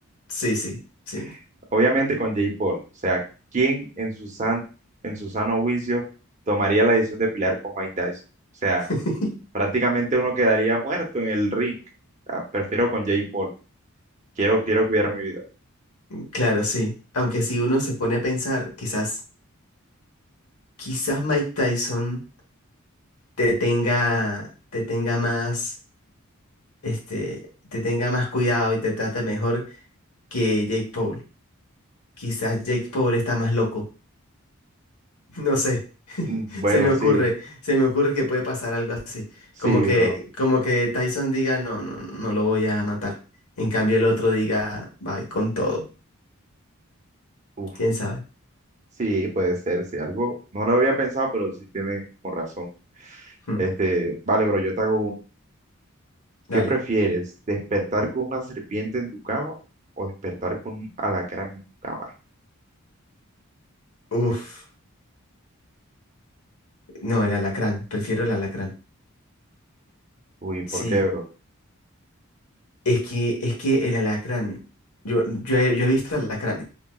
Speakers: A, on the left (about 85°); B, on the right (about 35°).
A: sí, sí, sí.
B: <laughs> Obviamente con Jake Paul. O sea, ¿quién en su san- en su sano juicio tomaría la decisión de pelear con Mike Tyson? O sea,
A: <laughs>
B: prácticamente uno quedaría muerto en el ring. O sea, prefiero con Jake Paul. Quiero, quiero cuidar mi vida.
A: Claro, sí. Aunque si uno se pone a pensar, quizás quizás Mike Tyson te tenga, te tenga más, este, te tenga más cuidado y te trate mejor que Jake Paul. Quizás Jake Paul está más loco. <laughs> No sé,
B: Mm, Bueno,
A: se me ocurre,
B: sí,
A: se me ocurre que puede pasar algo así.
B: sí,
A: Como que,
B: bro.
A: como que Tyson diga, no, no, no no lo voy a matar. En cambio el otro diga, bye, con todo.
B: Uf,
A: ¿Quién sabe?
B: sí, puede ser, sí. Algo no lo había pensado, pero sí tiene como razón.
A: Hmm,
B: Este, vale, bro, yo te hago una. ¿Qué
A: Dale.
B: prefieres? ¿Despertar con una serpiente en tu cama o despertar con un alacrán en tu cama?
A: Uf, no, el alacrán, prefiero el alacrán.
B: Uy, ¿por
A: Sí.
B: qué, bro?
A: Es que, es que el alacrán, yo, yo he, yo he visto alacranes,